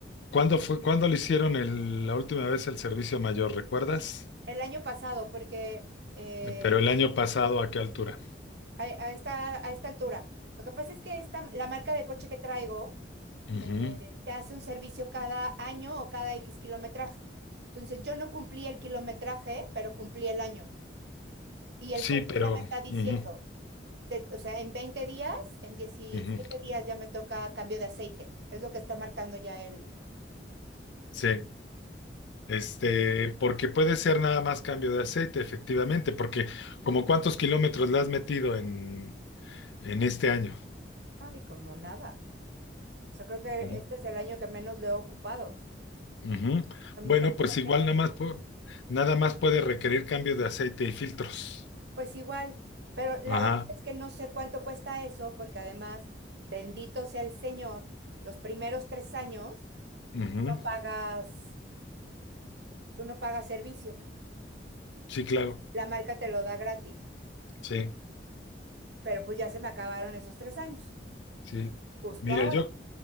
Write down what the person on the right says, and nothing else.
El año pasado, porque eh,
a, a esta, a esta altura. Lo que pasa es que esta, la marca de coche que traigo
eh, te hace un servicio cada año o cada X kilometraje. Entonces yo no cumplí el kilometraje, pero cumplí el año. Y el
coche
ya me está diciendo,
te- o sea, en 20 días, en diecisiete
días ya me toca cambio de aceite. Es lo que está marcando ya el...
Ay, como nada. O sea, creo que
este es el año que menos le he ocupado.
A Mi
coche
no
tiene...
Pues igual, pero la
verdad es que no sé cuánto cuesta eso, porque además, bendito sea el Señor, los primeros tres años
tú no pagas, tú no pagas servicio,
la marca te lo da gratis,
pero pues ya se me acabaron esos tres años,
justo
ahora.